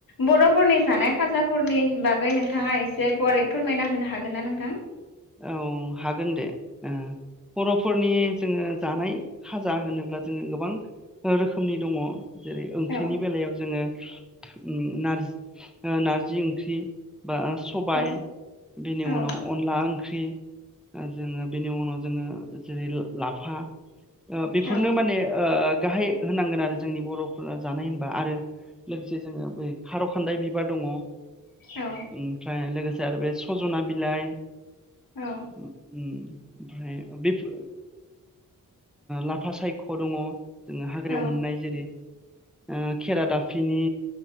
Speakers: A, on the left; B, in the centre.
A: बर'फोरनि जानाय खाजाफोरनि बागै नोंथाङा एसे गुवारै फोरमायना होनो हागोन ना नोंथां।
B: औ हागोन दे ओ बर'फोरनि जोंङो जानाय खाजा होनोब्ला जोंङो गोबां रोखोमनि दंङ। जेरै ओंख्रिनि
A: औ
B: बेलायाव जोंङो थु उम्म नारज ओ नारजि ओंख्रि। बा सबाय
A: औ
B: बिनि
A: औ
B: उनाव अनला ओं ख्रि जोङो बेनि उनाव जोङो जेरै लाफा ओ बेफोरनो
A: औ
B: माने ओ गाहाय होननांगोन आरो। जोंनि बर'फोरा जानाय होनबा आरो लोगोसे जोंङो बे खार खानदाय बिब बार दङ ओमफ्राय
A: औ
B: लोगोसे आरो बे सजना बिलाइ
A: औ
B: उ ओम। ओमफ्राय बेफ ओ लाफा सायख' दङ। जोङो हाग्रायाव
A: औ
B: मोननाय जेरै ओ खेरा दाफिनि